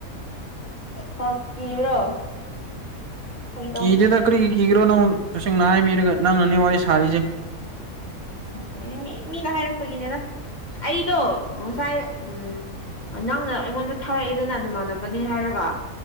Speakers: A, on the left (about 30°); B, on the right (about 70°).
A: ꯄ ꯀꯤꯕ꯭ꯔꯣ ꯇ
B: ꯀꯤꯗꯦꯗ
A: <inaudible>
B: ꯀꯔꯤ ꯀꯤꯒꯦꯔꯣ ꯅꯪ ꯇꯁꯦꯡꯅ ꯍꯥꯏꯕꯤꯔꯒ ꯅꯪꯅꯅꯦ ꯋꯥꯔꯤ ꯁꯥꯔꯤꯁꯦ
A: ꯎꯍꯦ ꯃꯤ ꯃꯤꯅ ꯍꯥꯏꯔꯛꯄꯅꯤꯗ ꯑꯩꯗꯣ ꯉꯁꯥꯏ ꯎꯝ ꯅꯪꯅ ꯑꯩꯉꯣꯟꯗ ꯊꯥꯔꯛꯑꯦꯗꯅ ꯅꯃꯥꯟꯅꯕꯅꯦ ꯍꯥꯏꯔꯒ